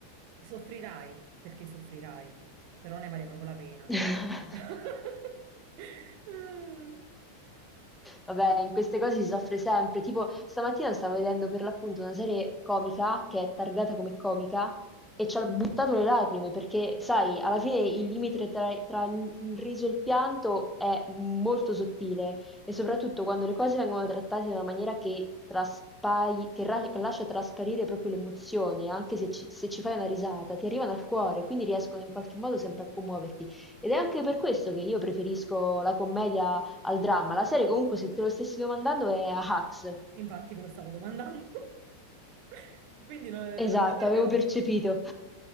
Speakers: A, on the right; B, in the centre.
A: soffrirai perché soffrirai, però ne vale proprio la pena.
B: <laughs>
A: <laughs>
B: Vabbè, in queste cose si soffre sempre. Tipo, stamattina stavo vedendo per l'appunto una serie comica che è targata come comica e ci ho buttato le lacrime perché, sai, alla fine il limite tra, tra il il riso e il pianto è molto sottile e soprattutto quando le cose vengono trattate in una maniera che, traspai- che ra- che lascia trasparire proprio l'emozione, anche se ci, se ci fai una risata, ti arrivano al cuore, quindi riescono in qualche modo sempre a commuoverti. Ed è anche per questo che io preferisco la commedia al dramma. La serie, comunque, se te lo stessi domandando, è a Hacks.
A: Infatti, ve lo stavo domandando. <laughs> Quindi no, eh,
B: Esatto,
A: la guarderò.
B: avevo percepito.